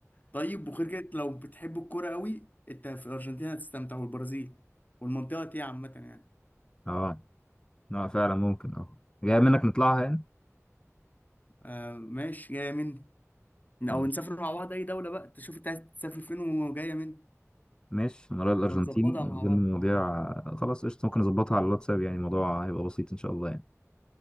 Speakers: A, on the left (about 35°); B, on the left (about 15°).
A: طيب وغير كده لو بتحب الكوره قوي انت في الارجنتين هتستمتع والبرازيل والمنطقه دي عامه يعني
B: اه اه فعلا ممكن اه جاي منك نطلعها يعني
A: آه ماشي جايه مني
B: خلاص
A: او نسافر مع بعض اي دوله بقى تشوف انت عايز تسافر فين وجايه مني
B: ماشي انا رايح الارجنتين
A: نبقى نظبطها
B: بدون
A: مع بعض
B: المواضيع آه، خلاص قشطه ممكن اظبطها على الواتساب يعني الموضوع هيبقى بسيط ان شاء الله يعني